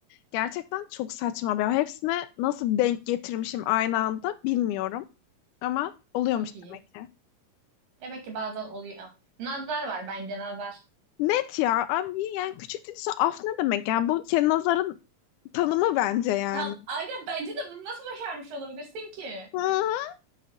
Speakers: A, on the left (about 80°); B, on the right (about 80°).
A: Gerçekten çok saçma bir. Hepsine nasıl denk getirmişim aynı anda bilmiyorum. Ama oluyormuş
B: Çok iyi.
A: demek ki.
B: Demek ki bazen oluyor. Nazar var bence nazar.
A: Net ya. Abi yani küçük dediyse af ne demek? Yani bu kendi nazarın tanımı bence yani.
B: Tam aynen bence de bunu nasıl başarmış olabilirsin ki?
A: Hı.